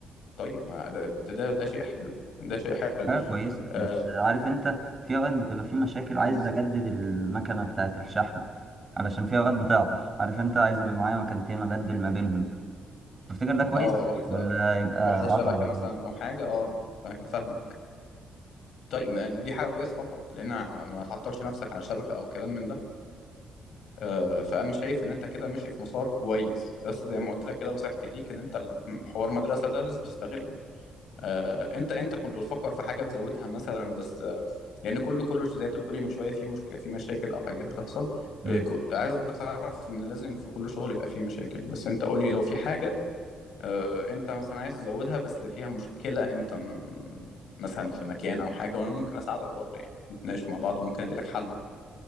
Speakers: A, on the left; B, on the right.
A: طيب ما ده ده ده ده شيء حلو ده شيء حلو
B: حاجة كويسة
A: اه,
B: بس عارف انت في اوقات بتبقى في مشاكل
A: مم.
B: عايز اجدد المكنة بتاعت الشحن علشان في اوقات بتعطل عارف انت عايز يبقى معايا مكانتين ابدل ما بينهم تفتكر ده كويس
A: آه واحده
B: ولا يبقى
A: واحده شبكه
B: عطل على الفاضي
A: مثلا او حاجه اه فا- فاهمك طيب ما دي دي حاجه كويسه طبعا لان ما تعطلش نفسك على شبكه او كلام من ده آه، فانا شايف ان انت كده ماشي في مسار كويس بس زي ما قلت لك كده نصيحتي ليك ان انت الم- حوار مدرسه ده لازم تستغله آه، انت انت كنت بتفكر في حاجه تزودها مثلا بس آه، لان كله كله زي انت بتقولي من شويه في مشكله في مشاكل او حاجات بتحصل
B: مم.
A: آه، كو- عايزك تعرف ان لازم في كل شغل يبقى فيه مشاكل بس انت قولي لو في حاجه آه، انت مثلا عايز تزودها بس فيها مشكله انت م- مثلا في مكان او حاجه وانا ممكن اساعدك برضو يعني نتناقش مع بعض وممكن الاقي لك حل